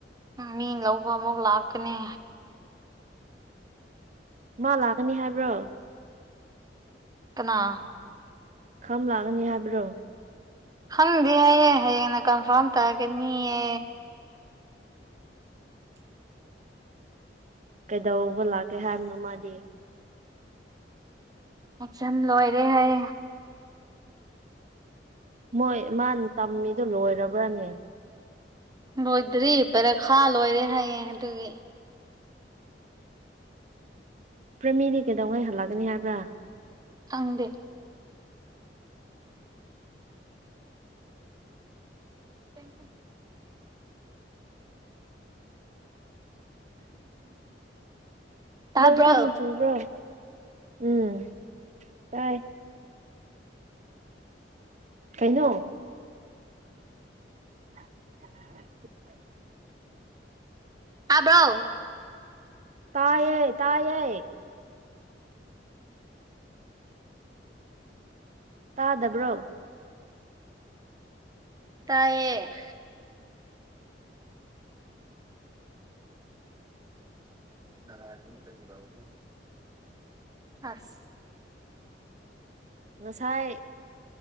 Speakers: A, on the right; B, on the right.
A: ꯎ ꯃꯤ ꯂꯧꯕ ꯑꯃꯨꯛ ꯂꯥꯛꯀꯅꯤ
B: ꯃꯥ ꯂꯥꯛꯀꯅꯤ ꯍꯥꯏꯕ꯭ꯔꯣ
A: ꯏ ꯀꯅꯥ
B: ꯈꯝ ꯂꯥꯛꯒꯅꯤ ꯍꯥꯏꯕ꯭ꯔꯣ
A: ꯈꯪꯗꯦ ꯍꯌꯦ ꯍꯌꯦꯡꯅ ꯀꯟꯐꯥꯔꯝ ꯇꯥꯑꯒꯦꯅꯤꯌꯦ
B: <inaudible> ꯀꯩꯗꯧꯕ ꯂꯥꯛꯀꯦ ꯍꯥꯏꯕꯅꯣ ꯃꯥꯗꯤ
A: ꯑꯦꯛꯖꯝ ꯂꯣꯏꯔꯦ ꯍꯥꯏ
B: ꯃꯣꯏ ꯃꯥꯅ ꯇꯝꯃꯤꯗꯨ ꯂꯣꯏꯔꯕ꯭ꯔꯥꯅꯦ
A: ꯂꯣꯏꯗ꯭ꯔꯤ ꯄꯔꯛ ꯈꯥ ꯂꯣꯏꯔꯦ ꯍꯥꯏꯌꯦ ꯑꯗꯨꯒꯤ
B: ꯄ꯭ꯔꯃꯤꯗꯤ ꯀꯩꯗꯧꯉꯩ ꯍꯜꯂꯒꯅꯤ ꯍꯥꯏꯕ꯭ꯔꯥ
A: ꯈꯪꯗꯦ ꯎꯝ ꯇꯥꯕ꯭ꯔꯣ
B: ꯅꯣꯡꯀꯥꯟ ꯆꯨꯔꯕ꯭ꯔꯣ ꯎꯝ ꯇꯥꯏ ꯀꯩꯅꯣ <inaudible>
A: ꯑꯥꯕ꯭ꯔꯣ
B: ꯇꯥꯏꯌꯦ ꯇꯥꯌꯦ ꯇꯥꯗꯕ꯭ꯔꯣ
A: ꯇꯥꯏꯌꯦ ꯔ ꯀꯗꯤ ꯂꯎꯒ ꯍꯁ
B: ꯉꯁꯥꯏ